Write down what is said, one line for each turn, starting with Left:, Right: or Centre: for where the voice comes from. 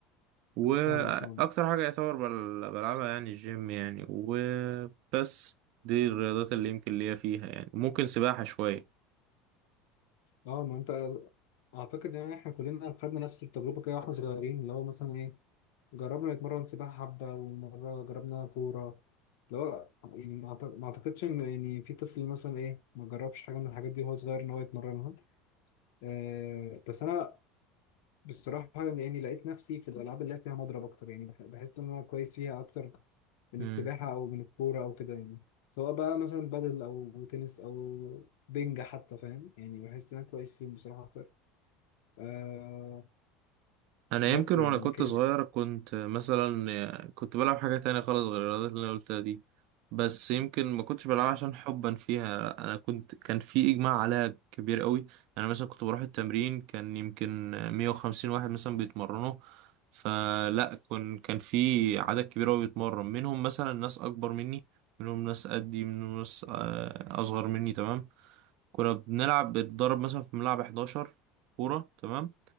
Right: واكتر
Left: فاهمك فاهمك
Right: حاجه يعتبر بل- بلعبها يعني الجيم يعني وبس دي الرياضات اللي يمكن ليا فيها يعني ممكن سباحه شويه
Left: اه ما انت اعتقد ان احنا كلنا خدنا نفس التجربه كده واحنا صغيرين اللي هو مثلا ايه جربنا نتمرن سباحه حبه ومره جربنا كوره اللي هو يعني ما أعت- ما اعتقدش ان يعني في طفل مثلا ايه ما جربش حاجه من الحاجات دي وهو صغير ان هو يتمرنها آه بس انا بصراحة يعني لقيت نفسي في الألعاب اللي هي فيها مضرب أكتر يعني بح- بحس إن أنا كويس فيها أكتر من
Right: امم
Left: السباحة أو من الكورة أو كده يعني سواء بقى مثلا بادل أو تنس أو بينج حتى فاهم يعني بحس إن أنا كويس فيهم بصراحة أكتر آه
Right: انا
Left: بس
Right: يمكن وانا
Left: يعني
Right: كنت
Left: لكن
Right: صغير كنت مثلا كنت بلعب حاجة تانية خالص غير الرياضات اللي انا قلتها دي بس يمكن ما كنتش بلعبها عشان حبا فيها انا كنت كان في اجماع عليها كبير قوي انا مثلا كنت بروح التمرين كان يمكن 150 واحد مثلا بيتمرنوا فلا كن كان في عدد كبير قوي بيتمرن منهم مثلا ناس اكبر مني منهم ناس قدي منهم ناس آه، اصغر مني تمام كنا بنلعب بنتدرب مثلا في ملعب 11 كورة تمام